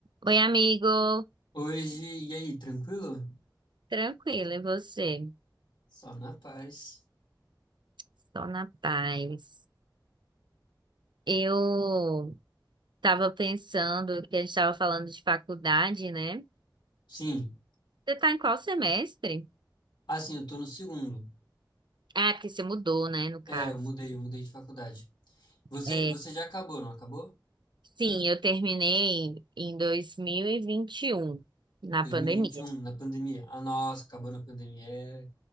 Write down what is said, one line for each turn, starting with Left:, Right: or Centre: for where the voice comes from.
Right: Oi, amigo.
Left: Hoje, e aí, tranquilo?
Right: Tranquilo, e você?
Left: Só na paz.
Right: Estou na paz. Eu estava pensando que a gente estava falando de faculdade, né? Você
Left: Sim.
Right: está em qual semestre?
Left: Ah, sim, eu tô no segundo.
Right: Ah, porque você mudou, né, no caso.
Left: É, eu mudei, eu mudei de faculdade. Você,
Right: É,
Left: você já acabou, não acabou?
Right: sim, eu terminei em dois mil e e vinte e um na
Left: dois
Right: pandemia.
Left: mil e e vinte e um na pandemia. Ah, nossa, acabou na pandemia. É.